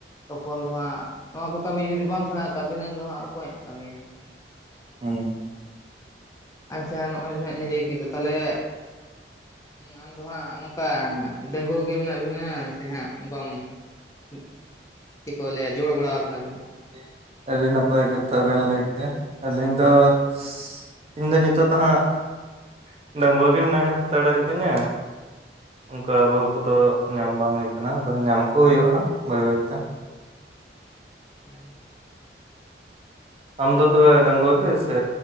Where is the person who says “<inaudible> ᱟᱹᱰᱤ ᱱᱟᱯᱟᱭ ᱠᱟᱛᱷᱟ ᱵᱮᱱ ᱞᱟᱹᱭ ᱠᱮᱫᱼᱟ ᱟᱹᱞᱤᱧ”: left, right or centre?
Right